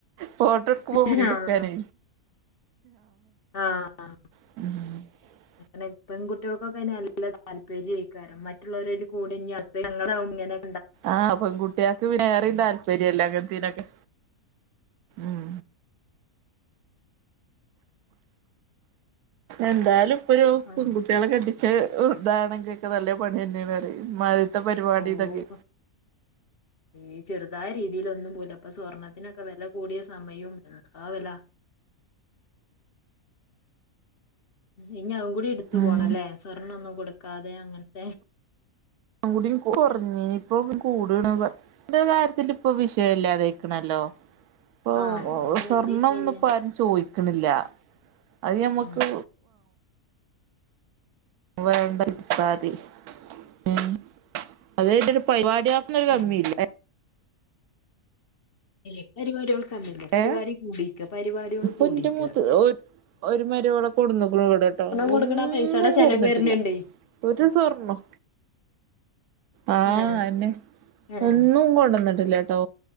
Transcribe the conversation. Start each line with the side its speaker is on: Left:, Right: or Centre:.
Right: ഫോട്ടോ എടുക്കുമ്പം
Left: ആഹ്
Right: മുന്നില് നിക്കാനെ
Left: ആ ആ
Right: ഉം
Left: അങ്ങനെ പെൺകുട്ട്യോൾക്കൊക്കെ നല്ല താല്പര്യയ്ക്കാരം മറ്റുള്ളോര് അയ്ല് കൂടി ഞ്ഞ് അട്ത്ത ഞങ്ങളാകും ങ്ങനെ
Right: ആഹ് പെൺകുട്ട്യേക്ക് വേറേം താല്പര്യല്ലെ അങ്ങൻത്തേനൊക്കെ ആഹ് എന്തായാലും ഇപ്പൊ ഒരു
Left: അങ്ങനെ
Right: പെൺകുട്ട്യേളെ കെട്ടിച്ച താണെങ്കിക്കൊക്കെ നല്ല പണിയെന്യേണ് അറി ഇമ്മാതിരിത്തെ പരിപാടി
Left: പോവും
Right: തൊക്കെ
Left: ഈ ചെറ്തായ രീതിലൊന്നും പോല അപ്പൊ സ്വർണ്ണത്തിനൊക്കെ വെല കൂടിയ സമയും എന്താ വെല. ഇഞ്ഞ് അതും കൂടി ഇട്ത്തു
Right: ഉം
Left: പോണല്ലേ സ്വർണൊന്നും കൊടുക്കാതെ അങ്ങൻത്തെ
Right: കൂടിം കൊർഞ്ഞീനി ഇപ്പൊ കൂട്ണ <unintelligible> കാര്യത്തി ഇപ്പ വിഷയല്ലാതായ്ക്ക്ണല്ലോ ഇപ്പൊ
Left: ആഹ് അത്
Right: സ്വർണംന്നും
Left: വലിയ വിഷയല്ല
Right: ഇപ്പോ ആരും ചോയ്ക്ക്ണില്ല. അത് ഞമ്മക്ക്
Left: ഉം
Right: വേണ്ട ഇട്ടാതി ഉം അത് കഴിഞ്ഞിട്ട് ഒരു പരുവാടി <unintelligible> ന്നൊരു കമ്മിയില്ല.
Left: ഉം
Right: ഏഹ്
Left: ചെലെ പരിവാടികൾക്ക് അങ്ങന്നെ പരിവാടി
Right: ഏ
Left: കൂടീക്ക പരിവാട്യള്
Right: ഇപ്പൊ
Left: കൂടീക്ക
Right: എന്റെ മൂത്ത് ഒരു മരോളെ കൊട്ന്നുക്ക്ണ് ഇവടെട്ടോ
Left: കൊടുക്കണ
Right: ഒന്നും
Left: പൈസയുടെ ചെലവ്
Right: കൊട്ന്നിട്ടില്ല.
Left: വരുന്നുണ്ടേ
Right: ഒരു സ്വർണ്ണും ആ
Left: ആഹ്
Right: അന്നെ
Left: ആഹ്
Right: ഒന്നും കൊണ്ട്ന്നിട്ടി ഇല്ലാട്ടോ